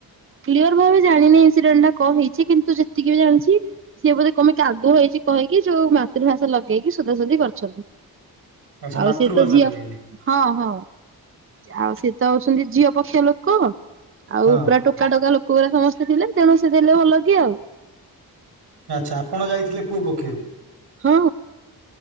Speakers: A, on the right; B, on the right.
A: କ୍ଲିୟର ଭାବେ ଜାଣିନି ଇନ୍ସିଡେଣ୍ଟଟା କଣ ହେଇଛି କିନ୍ତୁ ଯେତିକି ବି ଜାଣିଛି ସିଏ ବୋଧେ କଣ ପାଇଁ କାଦୁଅ ହେଇଛି କହିକି ଯୋଉ ମାତୃଭାଷା ଲଗେଇକି ସୁଧାସୋଧି କରିଛନ୍ତି।
B: ଆଚ୍ଛା
A: ଆଉ
B: ମାତୃଭାଷା
A: ସେ ତ ଝିଅ
B: ଲଗେଇଲେ
A: ହଁ ହଁ ଆଉ ସେ ତ ହଉଛନ୍ତି ଝିଅ ପକ୍ଷ ଲୋକ ଆଉ
B: ହଁ
A: ପୁରା ଟୋକ ଟୋକାଟୋକା ଲୋକଗୁରା ସମସ୍ତେ ଥିଲେ ତେଣୁ ସେ ଦେଲେ ଭଲ କି ଆଉ
B: ଆଚ୍ଛା ଆପଣ ଯାଇଥିଲେ କୋଉ ପକ୍ଷରୁ
A: ହଁ।